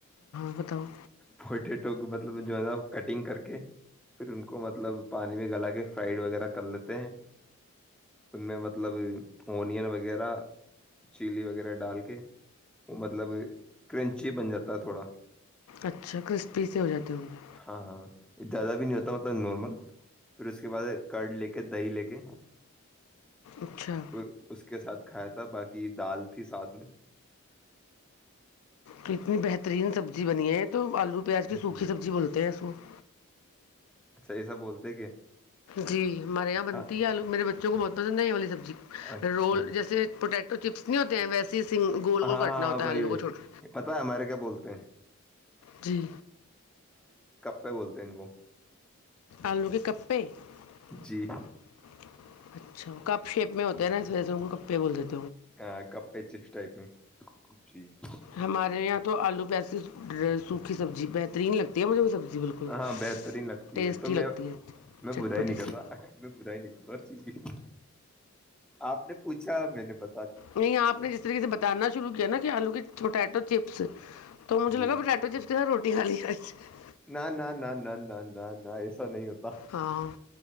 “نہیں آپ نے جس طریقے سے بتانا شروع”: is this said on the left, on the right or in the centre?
Left